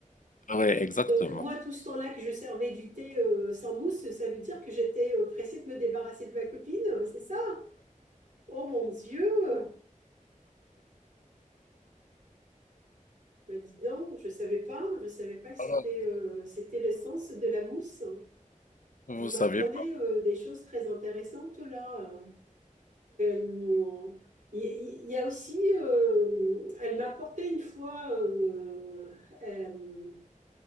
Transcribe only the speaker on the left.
Oui, exactement.
Ah,
Vous
savez pas.